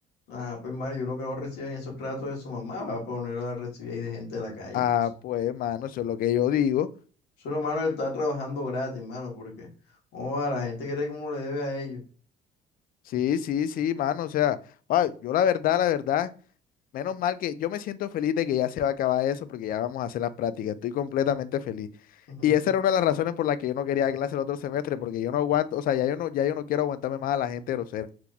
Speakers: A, on the left; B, on the left.
A: Ah, pues Mario, uno que no recibe ni esos tratos de su mamá va a poner a recibir ahí de gente de la calle.
B: Ah, pues, mano, eso es lo que yo digo.
A: Es una mano, hermano, está trabajando gratis, mano, porque, oh, la gente cree que uno le debe a ellos.
B: Sí, sí, sí, mano, o sea, ah, yo la verdad, la verdad. Menos mal que yo me siento feliz de que ya se va a acabar eso porque ya vamos a hacer las prácticas. Estoy completamente feliz.
A: <laughs>
B: Y esa era una de las razones por las que yo no quería dar clase el otro semestre, porque yo no aguanto, o sea, ya yo no, ya yo no quiero aguantarme más a la gente grosera.